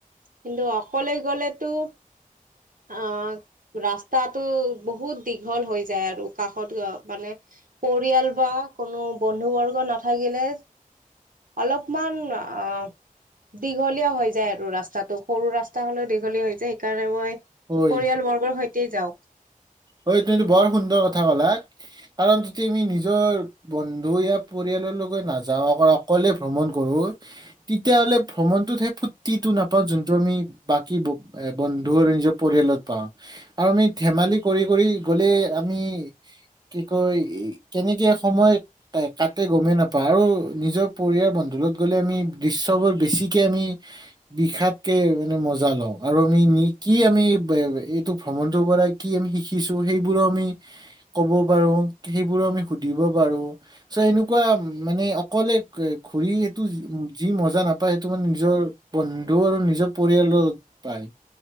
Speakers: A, on the right; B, on the right.
A: কিন্তু অকলে গ'লেতো অঁ- ৰাস্তাটো বহুত দীঘল হৈ যায় আৰু কাষত মানে- পৰিয়াল বা কোনো বন্ধু বৰ্গ নাথাকিলে। অলপমান অঁ দীঘলীয়া হৈ- যায় আৰু ৰাস্তাটো সৰু ৰাস্তা হলেও দীঘলীয়া হৈ যায়, সেইকাৰণে মই
B: হয়
A: পৰিয়াল বৰ্গৰ সৈতে যাওঁ।
B: অ এইটো এইটো বৰ সুন্দৰ কথা ক'লা, কাৰণ যদি আমি নিজৰ- বন্ধু ইয়া পৰিয়ালৰ লগত নাযাওঁ, অ অকলে ভ্ৰমণ কৰো- তেতিয়াহ'লে ভ্ৰমণটোত সেই ফূৰ্তিটো নাপাওঁ, যোনটো আমি বাকী ব- এ বন্ধু আৰু নিজৰ পৰিয়ালত পাওঁ আৰু আমি ধেমালি- কৰি কৰি গ'লে আমি কি কয় কেনেকে সময়- তাতে গমেই নাপাওঁ আৰু নিজৰ পৰিয়াল বন্ধুৰ লগত গ'লে আমি দৃশ্যবোৰ বেছিকে আমি- বিষাককে মানে মজা লওঁ, আৰু আমি কি আমি এইটো ভ্ৰমণটোৰ পৰাই- কি আমি শিকিছো, সেইবোৰো আমি- ক'ব পাৰো সেইবোৰো আমি সুধিব পাৰো চ' এনেকুৱা মানে অকলে- কে ঘূৰি এইটো যি- যি মজা নাপায়, সেইটো মানে নিজৰ বন্ধু আৰু নিজৰ পৰিয়ালত পায়।